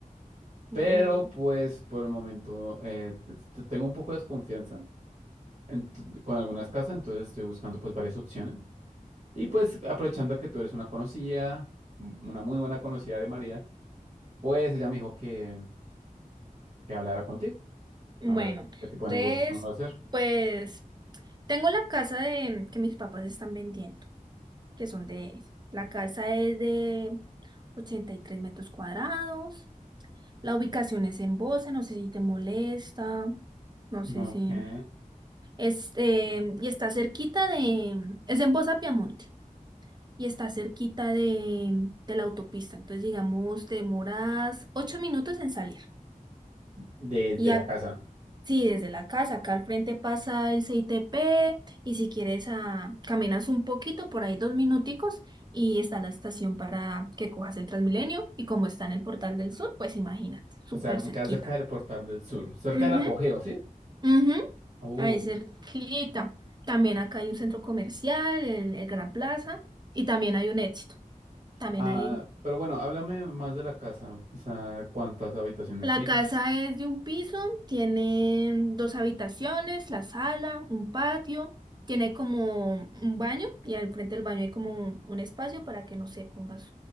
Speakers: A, on the right; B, on the right.
A: Pero
B: Mm,
A: pues por el momento eh, t- tengo un poco de desconfianza en tu- con algunas casas, entonces estoy buscando pues varias opciones. Y pues aprovechando que tú eres una conocida, m- una muy buena conocida de María, pues ella me dijo que, que hablara contigo.
B: bueno,
A: A ver, ¿qué tipo de
B: entonces,
A: negocios vamos a hacer?
B: pues, tengo la casa de, que mis papás están vendiendo, que son de, la casa es de 83 metros cuadrados, la ubicación es en Bosa, no sé si te molesta, no
A: No,
B: sé si,
A: que
B: este, y está cerquita de, es en Bosa, Piamonte. y está cerquita de, de la autopista. Entonces, digamos, te demoras ocho minutos en salir.
A: desde
B: Y
A: la
B: ac-
A: casa.
B: sí, desde la casa, acá al frente pasa el CITP y si quieres ah, caminas un poquito, por ahí dos minuticos y está la estación para que cojas el Transmilenio y como está en el Portal del Sur, pues imagínate, súper
A: O sea, me
B: cerquita.
A: queda cerca del Portal del Sur, cerca
B: Ujú,
A: del apogeo, ¿sí?
B: ujú,
A: Oh.
B: ahí cerquita. También acá hay un centro comercial, el, el Gran Plaza, y también hay un Éxito. También
A: Ah,
B: hay
A: pero bueno, háblame más de la casa. O sea, ¿cuántas habitaciones
B: La
A: tiene?
B: casa es de un piso, tiene dos habitaciones, la sala, un patio, tiene como un baño y al frente del baño hay como un espacio para que, no sé, pongas